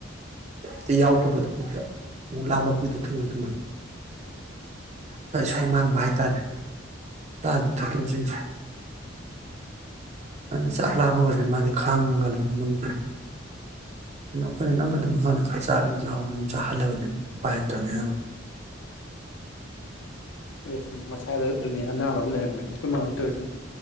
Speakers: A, on the right (about 35°); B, on the left (about 75°).
A: ꯀꯩꯝꯇ ꯌꯥꯎꯗꯕꯗꯣ ꯄꯨꯛꯇ ꯑꯃꯨꯛ ꯂꯥꯝꯃꯛꯄꯤꯗ ꯊꯨꯅ ꯊꯨꯅ ꯁ꯭ꯋꯥꯏ ꯁ꯭ꯋꯥꯏ ꯃꯥꯡꯕ ꯍꯥꯏꯇꯥꯔꯦ ꯆꯥꯒꯤꯕ ꯊꯛꯈꯤꯕꯖꯤꯡꯖꯦ ꯑꯗꯨꯅ ꯆꯥꯛ ꯂꯥꯝꯃꯒꯖꯨ ꯃꯥꯗꯤ ꯈꯥꯡꯉꯒ ꯂꯩꯕ ꯉꯝꯗꯦ ꯑꯗꯨꯅ ꯑꯩꯈꯣꯏꯅ ꯅꯪꯒ ꯑꯗꯨꯝ ꯍꯥꯟꯅ ꯈꯔ ꯆꯥꯒꯦꯖꯨ ꯆꯥꯎꯔ ꯑꯗꯨꯝ ꯆꯥꯍꯜꯂꯕꯅꯦ ꯎꯄꯥꯏ ꯂꯩꯇ꯭ꯔꯕꯅꯤꯅꯕ
B: ꯑꯁ ꯃꯁꯥꯗ ꯑꯗꯨꯅꯤ ꯑꯅꯥꯕ ꯑꯃ ꯂꯩꯔꯝꯒꯅꯤ ꯑꯩꯈꯣꯏ ꯃꯥꯍꯣꯏꯁꯨ ꯇꯧꯏꯁꯤꯅꯤ